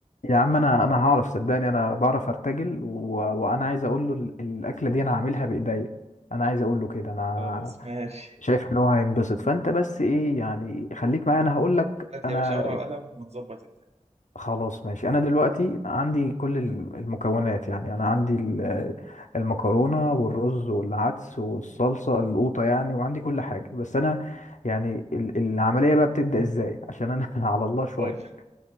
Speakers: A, on the left; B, on the right.
A: يا عم انا انا هعرف صدقني انا بعرف ارتجل و... وانا عايز اقول له ال- الاكله دي انا عاملها بايديا انا عايز اقول له كده انا
B: خلاص ماشي
A: شايف ان هو هينبسط فانت بس ايه يعني خليك معايا انا هقول لك
B: هات
A: انا
B: يا باشا ورقة وقلم ونظبط الدنيا
A: خلاص ماشي انا دلوقتي عندي كل ال- المكونات يعني انا عندي ال- المكرونه والرز والعدس والصلصه القوطه يعني وعندي كل حاجه بس انا يعني ال- العمليه بقى بتبدا ازاي عشان انا <laughs> على الله شويه
B: أقول لك